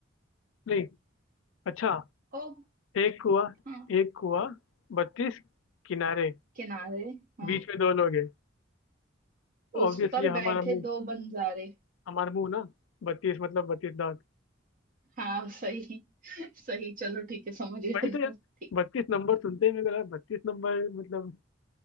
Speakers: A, on the left; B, on the right.
A: नहीं अच्छा
B: और
A: एक कुआ
B: हाँ
A: एक कुआ बत्तीस किनारे
B: किनारे हाँ
A: बीच में दो लोग हैं
B: उस
A: ऑब्वियसली
B: पर
A: हमारा
B: बैठे
A: मुंह
B: दो बंजारे
A: हमारा मुंह ना बत्तीस मतलब बत्तीस दांत
B: हाँ सही <laughs> सही चलो ठीक है समझ गए
A: वही तो यार
B: ठीक
A: बत्तीस
B: है
A: नंबर सुनते ही मेरे को लगा बत्तीस नंबर मतलब